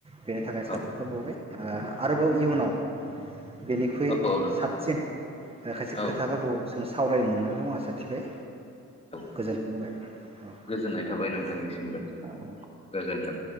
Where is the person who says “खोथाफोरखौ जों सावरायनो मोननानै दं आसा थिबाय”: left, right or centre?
Right